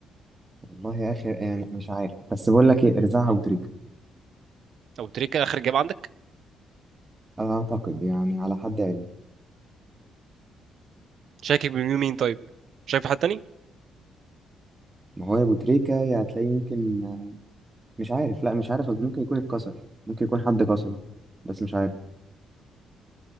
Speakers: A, on the right; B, on the right.
A: والله يا اخي يعني مش عارف بس بقول لك ايه ارزعها ابو تريكه
B: ابو تريكة اخر جاب عندك
A: انا اعتقد يعني على حد علمي
B: شاكك بمين مين طيب شاكك في حد تاني
A: ما هو يا ابو تريكه يا هتلاقي ممكن مش عارف لا مش عارف قصدي ممكن يكون اتكسر ممكن يكون حد كسره بس مش عارف